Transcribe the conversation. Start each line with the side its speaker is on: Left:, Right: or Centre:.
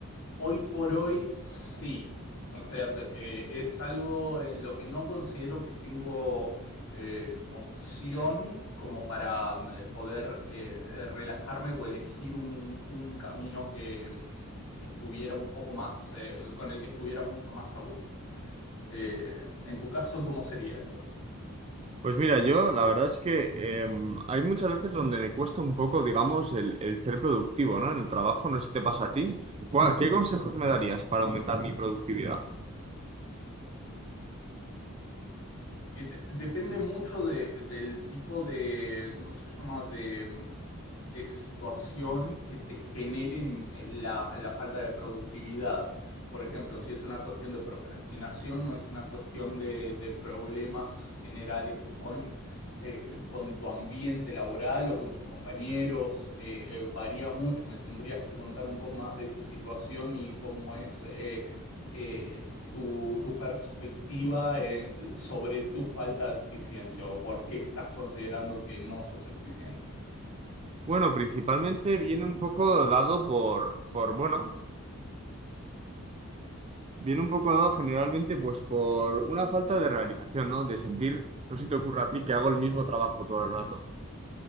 Left: Hoy por hoy sí. O sea, pe- eh, es algo en lo que no considero que tengo eh, opción como para mm, eh, poder eh, eh, relajarme o elegir un, un camino que, mm, que estuviera un poco más, eh, con el que estuviera mucho más a gusto. Eh, en tu caso, ¿cómo sería esto?
Right: Pues mira, yo la verdad es que em, hay muchas veces donde me cuesta un poco, digamos, el, el ser productivo, ¿no? En el trabajo, no sé si te pasa a ti. ¿Cuál- ¿Qué consejos me darías para aumentar mi productividad?
Left: Eh, de- depende mucho de- del tipo de, ¿cómo se llama? De, mm, de situación que te generen eh, la, la falta de productividad. Por ejemplo, si es una cuestión de procrastinación o es una cuestión de, de problemas generales con, eh, con tu ambiente laboral o con tus compañeros, eh, eh, varía mucho. Me tendrías que contar un poco más de tu situación y cómo es. eh, eh, tu, tu perspectiva eh, sobre tu falta de eficiencia o por qué estás considerando que no sos eficiente.
Right: Bueno, principalmente viene un poco dado por, por, bueno, viene un poco dado generalmente pues por una falta de realización, ¿no? De sentir, no sé si te ocurre a ti que hago el mismo trabajo todo el rato.